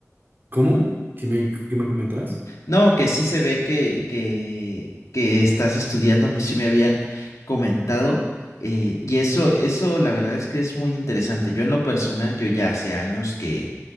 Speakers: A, on the right; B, on the left.
A: ¿Cómo? ¿Qué me, qué me comentabas?
B: No, que sí se ve que, que, que estás estudiando, me- sí me habían comentado. eh, y eso, eso la verdad es que es muy interesante. Yo en lo personal, yo ya hace años que,